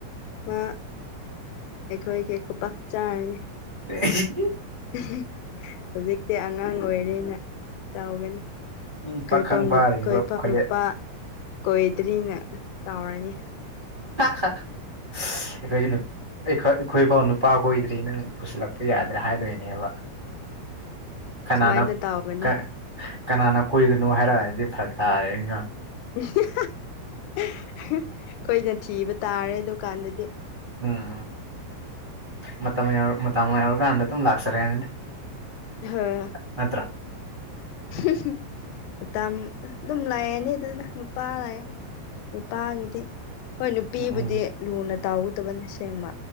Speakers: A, on the left; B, on the right.
A: ꯃꯥ ꯑꯩꯈꯣꯏꯒꯤ ꯈꯨꯄꯥꯛ ꯆꯥꯔꯅꯤ
B: <unintelligible>
A: ꯎꯝ ꯍꯨꯝ ꯍꯧꯖꯤꯛꯇꯤ ꯑꯉꯥꯡ ꯑꯣꯏꯔꯦꯅ ꯇꯧꯒꯅꯤ
B: ꯃꯤ
A: ꯑꯩꯈꯣꯏ
B: ꯄꯥꯈꯪ
A: ꯄꯥꯎ ꯅꯨ
B: ꯐꯥꯔꯤꯕ
A: ꯑꯩꯈꯣꯏ
B: ꯈꯣꯂꯦ
A: ꯅꯨꯄꯥ ꯀꯣꯏꯗ꯭ꯔꯤꯅ ꯇꯥꯎꯔꯅꯤ
B: ꯍꯥꯛ ꯍꯥ ꯁꯁ ꯑꯩꯈꯣꯏꯁꯨ ꯅꯨꯞ ꯑꯩꯈꯣꯏ ꯑꯩꯈꯣꯏꯐꯥꯎ ꯅꯨꯄꯥ ꯀꯣꯏꯗ꯭ꯔꯤ ꯅꯪ ꯄꯨꯁꯤꯜꯂꯛꯄ ꯌꯥꯗ꯭ꯔꯥ ꯍꯥꯏꯗꯣꯏꯅꯦꯕ ꯀꯅꯥꯅꯣ
A: ꯁꯨꯃꯥꯏꯅ ꯇꯧꯒꯅꯤ
B: ꯀꯥ ꯀꯅꯥꯅ ꯀꯣꯏꯒꯅꯣ ꯍꯥꯏꯔꯛꯑꯗꯤ ꯐꯔꯛ ꯇꯥꯔꯦꯒ
A: ꯎꯝ ꯍꯤ ꯍꯥ ꯑꯩꯈꯣꯏꯅ ꯊꯤꯕ ꯇꯥꯔꯦ ꯑꯗꯨꯀꯥꯟꯗꯗꯤ
B: ꯎꯝ ꯃꯇꯝ ꯌꯧꯔ ꯃꯇꯝ ꯌꯧꯔꯀꯥꯟꯗ ꯑꯗꯨꯝ ꯂꯥꯛꯆꯔꯦꯅ
A: ꯍꯥ
B: ꯅꯠꯇꯔꯥ
A: ꯍꯨꯝ ꯍꯨꯝ ꯃꯇꯝ ꯑꯗꯨꯝ ꯂꯥꯛꯑꯦꯅꯦ ꯑꯗꯨꯅ ꯅꯨꯄꯥ ꯂꯥꯛꯑꯦ ꯅꯨꯄꯥꯒꯤꯗꯤ ꯍꯣꯏ ꯅꯨꯄꯤꯕꯨꯗꯤ
B: ꯎꯝ ꯎꯝ
A: ꯂꯨꯅ ꯇꯥꯎꯒꯗꯕꯅꯤ ꯁꯦꯡꯕ